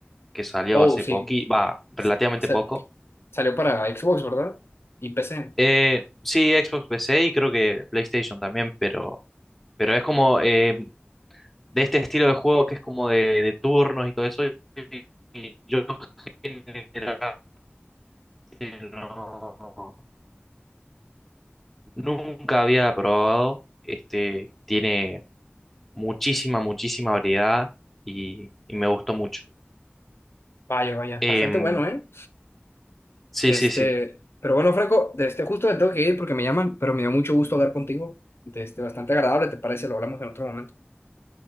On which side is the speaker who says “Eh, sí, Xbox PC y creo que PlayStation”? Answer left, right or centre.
Centre